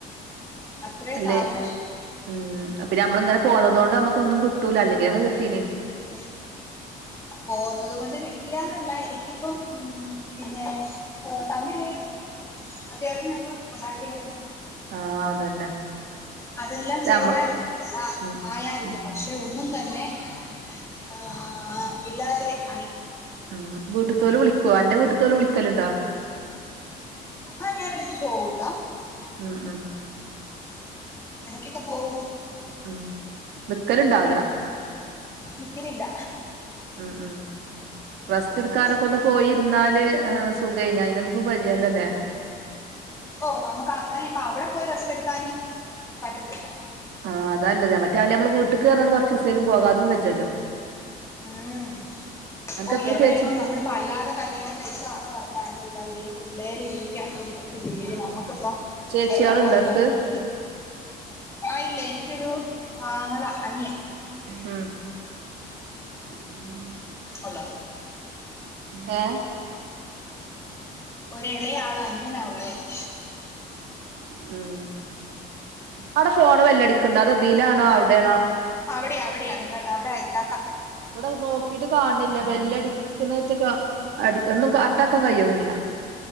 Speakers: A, on the left; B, on the right.
A: അത്രയും
B: അല്ലേ
A: സാധനം
B: ഉം പിന്ന നമ്മളിങ്ങനെ പോന്നതോണ്ട് നമ്മുക്ക് ഒന്നും കിട്ടൂല അല്ലെങ്കിൽ ഒക്കെ കിട്ടീനി
A: <inaudible> പോവുന്നത് കൊണ്ട് കിട്ടില്ലാന്നല്ല എനിക്കിപ്പം ഉം പിന്നെ ഹെ തന്നിലേലും അത്യാവശ്യം ഞങ്ങൾ ഉണ്ടാക്കിയായിരുന്നു
B: ആഹ് അതന്നെ.
A: അതെല്ലാം ചെയ്താർന്നു
B: നമ്മ
A: എല്ലാം
B: ഉം
A: ആയാർന്നു
B: ഉം
A: പക്ഷെ ഒന്നും തന്നെ. ആഹ് ഇല്ലാതെ ആയി.
B: ഉം വീട്ടുത്തോല് വിളിക്കോ അന്റെ വീട്ടത്തോല് വിളിക്കലുണ്ടോ
A: ആഹ് ഞാനടയ്ക്ക് പോവൂട്ടോ
B: ഉം ഉം
A: എടക്കൊക്കെ പോവും.
B: ഉം വിക്കലുണ്ടാവൂല
A: നിക്കലില്ല
B: ഉം ഉം റസ്റ്റ്
A: പോകും
B: എടുക്കാനൊക്കെ ഒന്ന്
A: വരും
B: പോയിരുന്നാല് ഹ് സുഖയിനി അയിനൊന്നും വജ്ജല്ലോലെ
A: ഓഹ് മുക്ക് അങ്ങനെ ഇപ്പ അവിടെ പോയി റസ്റ്റ് എടുക്കാനും പറ്റത്തില്ല.
B: ആഹ് അദാല്ലത് മറ്റേ അല നമ്മൾ വീട്ട്ക്ക് അർഞാണ്ട് ക്കൊറച്ച് സേലും പോകാതും വെജല്ലോ
A: ഉം
B: അനക്ക്
A: ഓ
B: എത്ര
A: എവിടെപ്പം
B: ചേച്ചി
A: നമ്മള്. പല്ലാതെ കല്യാണം കൈച്ചാണോ അർഞ്ഞാല് ദാ ഈ പിള്ളേരീ. യ്യാ
B: ആഹ്
A: നമ്മക്കിപ്പം
B: ചേച്ചിയാളുണ്ടോ
A: എവിടെ പോയീന്ന്
B: അനക്ക്
A: പറഞ്ഞാ. ആയില്ലേ ഇൻക്കൊരു ആങ്ങള അനിയൻ.
B: ഉം. <inaudible>
A: ഒള്ളത്
B: ഏഹ്.
A: ഒരെളെയാളാ അനിയനാ ഉള്ളേന്ന്.
B: ഉം. അടെ ഫോണ് വെല്ലടിക്കുണ്ടോ അതോ തീ ലാണോ ഔടെണോ.
A: അവിടെയാ അവിടെയാ നിങ്ങൾ അവിടെ എത്താക്കാ.
B: വടെ നോക്കിട്ട് കാണില്ല ബെല്ലടിക്കണേറ്റ കാ- അടിക്കന്നും കാട്ടാക്കാ കഴിയ്ണില്ല.